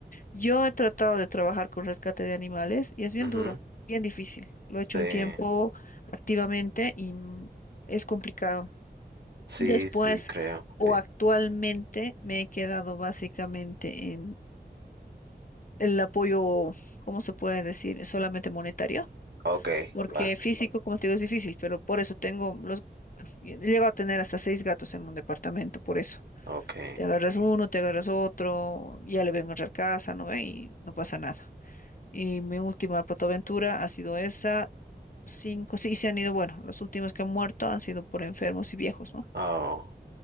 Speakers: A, on the left; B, on the right.
A: Yo he tratado de trabajar con rescate de animales y es bien
B: Ujú,
A: duro, bien difícil. Lo he hecho
B: sí,
A: un tiempo activamente y mm, es complicado.
B: sí,
A: Después
B: sí, creo.
A: o
B: Dime.
A: actualmente me he quedado básicamente el apoyo, ¿cómo se puede decir? Solamente monetario,
B: Ok,
A: porque
B: va,
A: físico, como te digo, es difícil, pero por eso tengo los, llego a tener hasta seis gatos en un departamento, por eso.
B: ok.
A: Te agarras uno, te agarras otro, ya le voy a encontrar casa, ¿no ve? Y no pasa nada. Y mi última patoaventura ha sido esa, cinco, sí, se han ido, bueno, los últimos que han muerto han sido por enfermos y viejos, ¿no?
B: Oh.